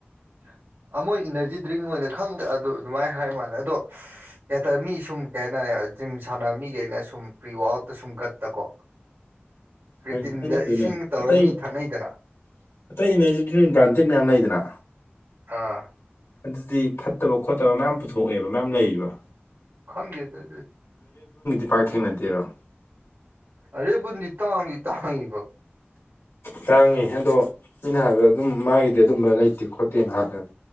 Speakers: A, on the right; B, on the left.
A: <unintelligible> <inaudible> ꯑꯃꯣꯏ ꯏꯅꯔꯖꯤ ꯗ꯭ꯔꯤꯡ ꯑꯣꯏꯅ ꯈꯪꯗ꯭ꯔ ꯑꯗꯨ ꯑꯗꯨꯃꯥꯏꯅ ꯍꯥꯏ ꯃꯥꯜꯦ ꯑꯗꯣ ꯀꯩ ꯍꯥꯏꯇꯥꯔꯦ ꯃꯤ ꯁꯨꯝ ꯀꯩ ꯍꯥꯏꯇꯥꯔ ꯖꯤꯝ ꯁꯥꯟꯅꯕ ꯃꯤꯈꯩꯅ ꯁꯨꯝ ꯄ꯭ꯔꯤ ꯋꯥꯔꯠꯇ ꯁꯨꯝ ꯒꯠꯇꯀꯣ ꯀ꯭ꯔꯦꯇꯤꯟꯗ
B: ꯩꯅꯅꯦ
A: ꯏꯁꯤꯡ ꯇꯧꯔ
B: ꯑ <unintelligible>
A: ꯃꯤ ꯊꯛꯅꯩꯗꯅ
B: <inaudible> ꯑꯇꯩ ꯏꯅꯔꯖꯤꯦꯜ ꯕ꯭ꯔꯥꯟꯇꯦꯠ ꯃꯌꯥꯝ ꯂꯩꯗꯅ
A: ꯑꯥ
B: ꯑꯗꯨꯗꯤ ꯐꯠꯇꯕ ꯈꯣꯠꯇꯕ ꯃꯌꯥꯝ ꯄꯨꯊꯣꯛꯑꯦꯕ ꯃꯌꯥꯝ ꯂꯩꯌꯦꯕ
A: ꯈꯪꯗ ꯇ
B: ꯄꯥꯛꯊꯦꯡꯅꯗꯦꯔꯣ
A: ꯑꯔꯦꯕꯨꯟꯗꯤ ꯇꯥꯡꯏꯤ ꯇꯥꯡꯉꯤꯕꯣ
B: ꯇꯥꯡꯉꯦ ꯑꯗꯣ ꯃꯤ ꯅꯍꯥꯟꯥꯟꯕꯗ ꯑꯗꯨꯝ ꯃꯥꯒꯤꯗꯤ ꯑꯗꯨꯝꯕ ꯂꯩꯇꯦ ꯈꯣꯠꯇꯦ ꯅꯍꯥꯟꯗ